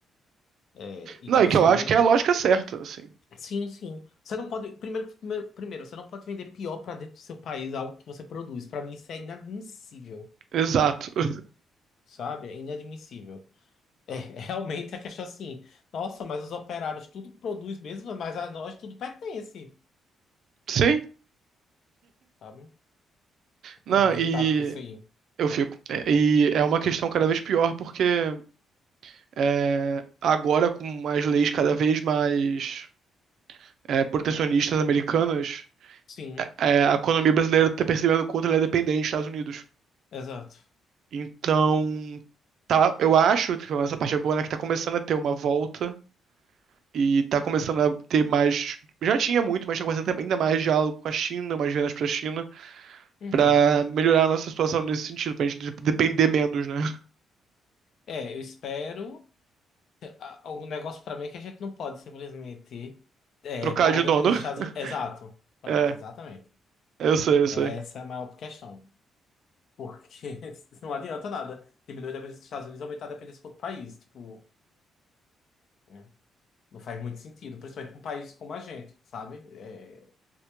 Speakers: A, on the left (about 65°); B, on the right (about 70°).
A: é, e
B: Não,
A: tipo
B: e que
A: assim,
B: eu acho
A: não.
B: que é a lógica certa, assim.
A: Sim, sim. Você não pode. Primeiro, primeiro, primeiro, você não pode vender pior para dentro do seu país algo que você produz. Para mim, isso é inadmissível,
B: Exato. <laughs>
A: sabe? É inadmissível. É, <laughs> realmente a questão assim. Nossa, mas os operários tudo produz mesmo, mas a nós tudo pertence,
B: Sim.
A: sabe? Fico
B: Não,
A: um pouco
B: e
A: irritado com isso aí.
B: eu fico. É, E é uma questão cada vez pior, porque é, agora, com as leis cada vez mais é, protecionistas americanas,
A: Sim,
B: é, a economia brasileira está percebendo o quanto ela é dependente dos Estados Unidos.
A: exato.
B: Então, tá, eu acho, pelo essa parte é boa, né, que tá começando a ter uma volta e tá começando a ter mais. Já tinha muito, mas tá começando a ter ainda mais diálogo com a China, mais vendas pra China,
A: Uhum.
B: pra melhorar a nossa situação nesse sentido, pra gente de- depender menos, né? <laughs>
A: É, eu espero. a- o negócio pra mim é que a gente não pode simplesmente é,
B: Trocar
A: parar
B: de
A: de
B: dono.
A: depender dos
B: <laughs>
A: Estados Unidos. Exato. Pronto,
B: É,
A: exatamente.
B: eu sei, eu sei.
A: Essa é a maior questão. Porque <laughs> não adianta nada diminuir a dependência dos Estados Unidos e aumentar a dependência com outro país. Tipo, né? Não faz muito sentido. Principalmente pra um país como a gente, sabe? É,